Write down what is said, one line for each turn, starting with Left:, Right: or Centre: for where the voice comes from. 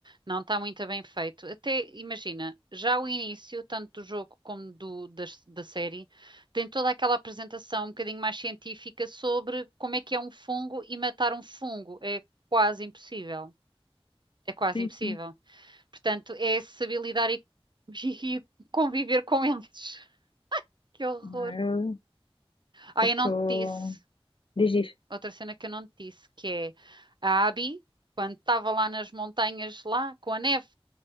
Right: Não está muito bem feito. Até imagina, já o início, tanto do jogo como do, da, da série, tem toda aquela apresentação um bocadinho mais científica sobre como é que é um fungo e matar um fungo. É quase impossível. É quase
Left: Sim,
Right: impossível.
Left: sim.
Right: Portanto, é saber lidar e, <laughs> e conviver com eles. <laughs> Que horror.
Left: Não, Eu
Right: Ah,
Left: eu
Right: eu
Left: estou.
Right: não te disse.
Left: Diz isto.
Right: Outra cena que eu não te disse, que é a Abby, quando estava lá nas montanhas, lá, com a neve,